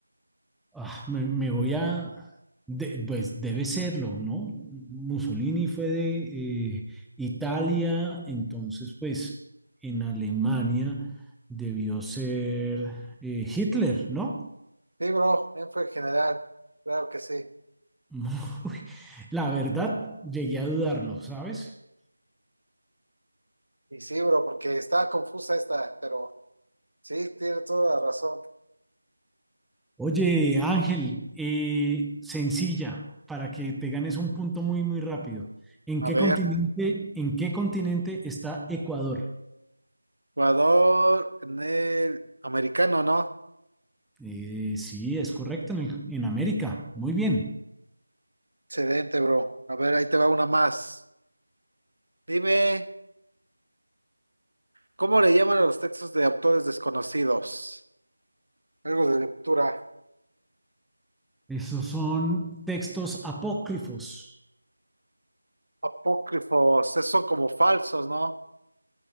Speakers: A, in the centre; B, on the right (about 70°).
A: Ah, me, me voy a, de- pues debe serlo, ¿no? Mussolini fue de eh, Italia, entonces pues en Alemania debió ser eh, Hitler, ¿no?
B: Sí, bro, él fue el general, claro que sí.
A: <laughs> Uy, La verdad, llegué a dudarlo, ¿sabes?
B: Y sí, bro, porque está confusa esta, pero sí, tiene toda la razón.
A: Oye, Ángel, eh, sencilla, para que te ganes un punto muy, muy rápido. ¿En
B: A
A: qué
B: ver,
A: continente, en qué continente está Ecuador?
B: jugador en el americano, ¿no?
A: Eh, sí, es correcto, en, el- en América. Muy bien.
B: Excelente, bro. A ver, ahí te va una más. Dime, ¿cómo le llaman a los textos de autores desconocidos? Algo de lectura.
A: Esos son textos apócrifos.
B: Apócrifos, esos son como falsos, ¿no?